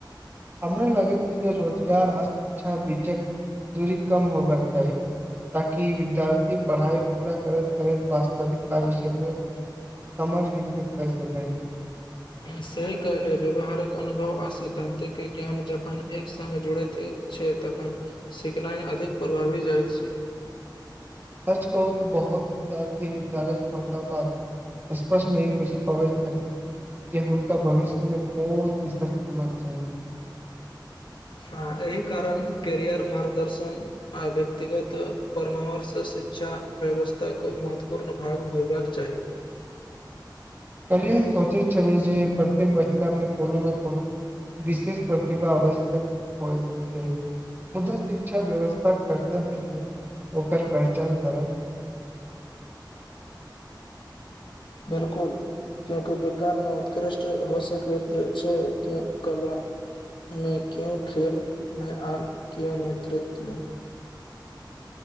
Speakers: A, on the right; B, on the left.
A: हमरा लगै छै जे रोजगार आ शिक्षा बीचक दूरी कम होबाक चाही, ताकि विद्यार्थी पढ़ाइ पूरा करैत- -करैत वास्तविक कार्य क्षेत्रक समझ विकसित करि सकै।
B: सही कहलियै, व्यवहारिक अनुभव आ सिद्धांतिक ज्ञान जखन एक संग जुड़ैत अइ छै तखन सिखनाइ अधिक प्रभावी भऽ जाइत छै।
A: सच कहू तऽ बहुत विद्यार्थी विद्यालय छोड़ला बाद स्पष्ट नहि बुझि पबैत छथि जे हुनका भविष्यमे कोन <unintelligible> छै
B: हँ, एहि कारण कैरियर मार्गदर्शन आ व्यक्तिगत परामर्श शिक्षा-व्यवस्थाक महत्वपूर्ण भाग होयबाक चाही।
A: कलिये हम सोचै छेलौं जे प्रत्येक बच्चामे कोनो ने कोनो विशेष प्रतिभा आवश्यक होइत छै मुदा शिक्षा व्यवस्थाक कर्तव्य छै ओकर पहचान करब
B: बिल्कुल क्योकि विज्ञान मे उत्कृष्ट हो सख कि ओते छै केँ कला मे क्यों खेलमे आ क नेतृत्वमे